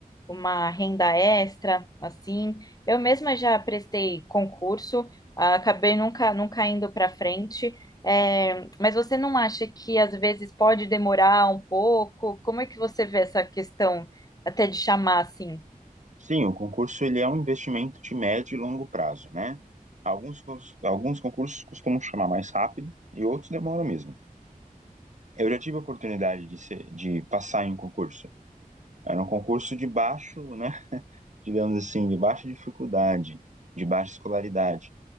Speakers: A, on the left; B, on the right.
A: uma renda extra, assim. Eu mesma já prestei concurso, ah, acabei nunca, nunca indo para frente. É, mas você não acha que às vezes pode demorar um pouco? Como é que você vê essa questão até de chamar assim?
B: Sim, o concurso ele é um investimento de médio e longo prazo, né? Alguns, cons- alguns concursos costumam chamar mais rápido e outros demoram mesmo. Eu já tive a oportunidade de, ser, de passar em um concurso. Era um concurso de baixo, né? <laughs> Digamos assim, de baixa dificuldade, de baixa escolaridade.